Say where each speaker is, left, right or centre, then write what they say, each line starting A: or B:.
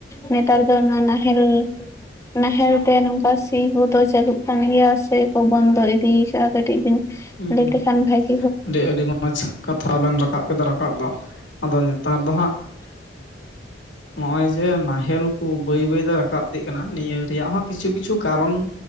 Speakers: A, on the left (about 15°); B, on the left (about 85°).
A: ᱱᱮᱛᱟᱨ ᱫᱚ ᱱᱟᱦᱮᱞ ᱨᱤ ᱱᱟᱦᱮᱞ ᱛᱮ ᱱᱚᱝᱠᱟ ᱥᱤ ᱠᱚᱫᱚ ᱪᱟᱹᱞᱩᱜ ᱠᱟᱱ ᱜᱮᱭᱟ ᱥᱮ ᱠᱚ ᱵᱚᱱᱫᱚ ᱤᱫᱤᱠᱟᱜ ᱠᱟᱹᱴᱤᱡ ᱵᱤᱱ
B: ᱦᱩᱸ
A: ᱞᱟᱹᱭ ᱞᱮᱠᱷᱟᱱ ᱟᱹᱴᱜᱤ
B: ᱟᱹᱰᱤ ᱟᱹᱰᱤ ᱢᱚᱸᱡᱽ ᱠᱟᱛᱷᱟ ᱵᱮᱱ ᱨᱟᱠᱟᱵ ᱠᱮᱫᱟ ᱨᱟᱠᱟᱵ ᱫᱚ ᱟᱫᱚ, ᱱᱮᱛᱟᱨ ᱫᱚ ᱦᱟᱸᱜ ᱱᱚᱜᱼᱚᱭ ᱡᱮ ᱱᱟᱦᱮᱞ ᱠᱚ ᱵᱟᱹᱭ ᱵᱟᱹᱭᱛᱮ ᱨᱟᱠᱟᱵ ᱤᱫᱤᱜ ᱠᱟᱱᱟ ᱱᱤᱭᱟᱹ ᱨᱮᱭᱟᱜ ᱦᱚᱸ᱾ ᱠᱤᱪᱷᱩ ᱠᱤᱪᱷᱩ ᱠᱟᱨᱚᱱ